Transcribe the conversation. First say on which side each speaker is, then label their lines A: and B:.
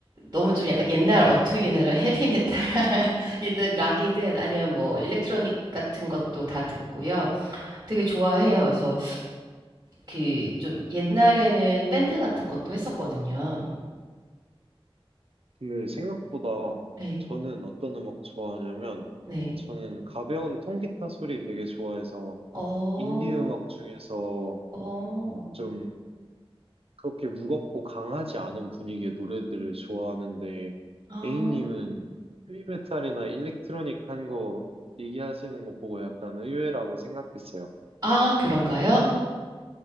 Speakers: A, on the right; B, on the right.
A: 너무 좀 약간 옛날 어투기긴해피 헤비메탈이든 <laughs> 락이든 아니면 뭐, 일렉트로닉 같은 것도 다 듣고요. 되게 좋아해요. 그래서 그 좀 옛날에는 밴드 같은 것도 했었거든요.
B: 근데 생각보다
A: 네,
B: 저는 어떤 음악 좋아하냐면
A: 네.
B: 저는 가벼운 통기타 소리 되게 좋아해서
A: 어,
B: 인디 음악 중에서
A: 어,
B: 좀 그렇게 무겁고 강하지 않은 분위기의 노래들을 좋아하는데
A: 아,
B: A님은 헤비메탈이나 일렉트로닉 하는 거 얘기하시는 거 보고 약간 의외라고 생각했어요.
A: 아, 그런가요?